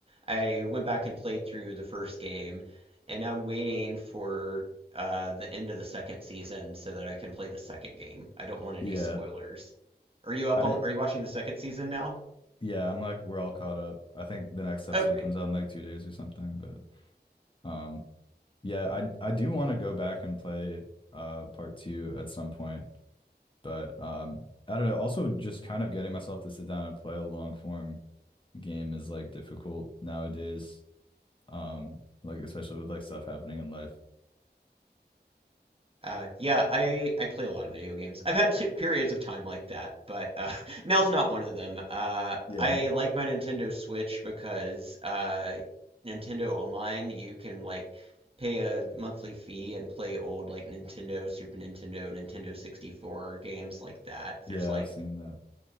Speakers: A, on the right (about 35°); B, on the left (about 30°).
A: I went back and played through the first game, and now I'm waiting for uh the end of the second season so that I can play the second game. I don't want any
B: Yeah.
A: spoilers. Are you up
B: I
A: on are you watching the second season now?
B: yeah, I'm like we're all caught up. I think the next episode
A: Okay.
B: comes out in like two days or something, but um yeah, I I do want to go back and play uh part two at some point, but um I don't know. Also, just kind of getting myself to sit down and play a long form game is like difficult nowadays. Um, like especially with like stuff happening in life.
A: Uh, yeah, I I play a lot of video games. I've had t periods of time like that, but uh, <laughs> now's not one of them. Uh,
B: Yeah,
A: I like my Nintendo Switch because uh, Nintendo Online, you can like pay a monthly fee and play old like Nintendo, Super Nintendo, Nintendo 64 games like that.
B: yeah,
A: There's like,
B: I've seen that.